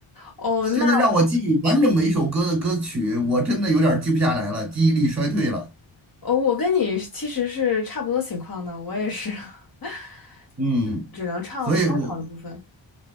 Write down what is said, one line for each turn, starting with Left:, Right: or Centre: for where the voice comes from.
Left: 哦，
Right: 现在让我记忆完整的一首歌的歌曲，
Left: 那
Right: 我真的有点儿记不下来了，记忆力衰退了。
Left: 哦，我跟你其实是差不多情况的，我也是，<laughs>
Right: 嗯，
Left: 只能唱高潮的部分。
Right: 所以我